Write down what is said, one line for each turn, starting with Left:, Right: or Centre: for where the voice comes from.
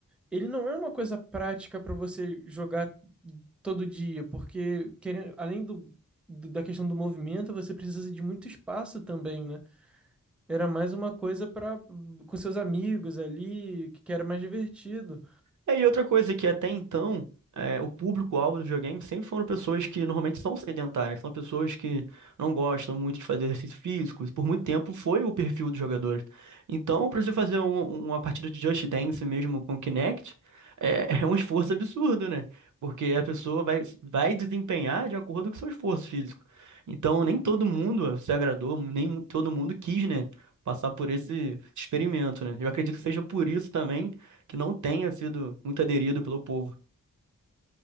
Centre: ele não é uma coisa prática para você jogar todo dia, porque querendo, além do, do- da questão do movimento, você precisa de muito espaço também, né? Era mais uma coisa para com seus amigos ali, que que era mais divertido.
Right: É, e outra coisa que até então, é, o público-alvo do videogame sempre foram pessoas que normalmente são sedentárias, são pessoas que não gostam muito de fazer exercício físico, isso por muito tempo foi o perfil dos jogadores. Então, para você fazer um- uma partida de Just Dance mesmo com Kinect, é, <laughs> é um esforço absurdo, né? Porque a pessoa vai, vai desempenhar de acordo com o seu esforço físico. Então, nem todo mundo se agradou, nem todo mundo quis, né? Passar por esse experimento, né? Eu acredito que seja por isso também que não tenha sido muito aderido pelo povo.